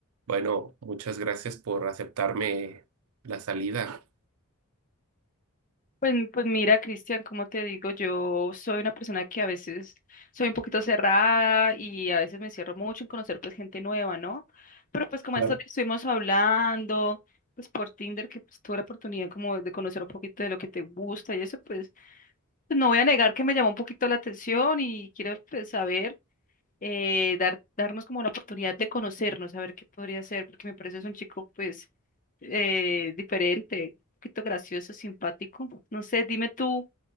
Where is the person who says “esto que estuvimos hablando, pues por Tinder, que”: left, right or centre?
Left